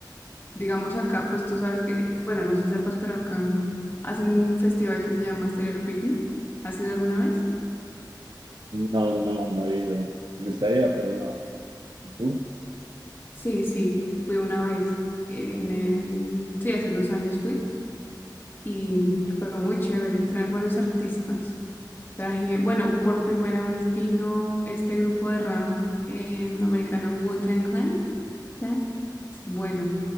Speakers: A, on the left; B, on the right.
A: Digamos acá, pues tú sabes que, bueno, no sé si sepas, pero acá en- hacen un festival que se llama Stereo Picnic. ¿Has ido alguna vez?
B: No, no, no he ido. Me gustaría, pero no. ¿Y tú?
A: Sí, sí, fui una vez. En el, sí, hace unos años fui y fue muy chévere. Traen buenos artistas. Traje, bueno, por primera vez vino este grupo de rap eh, americano Wu-Tang Clan. Clan. Bueno,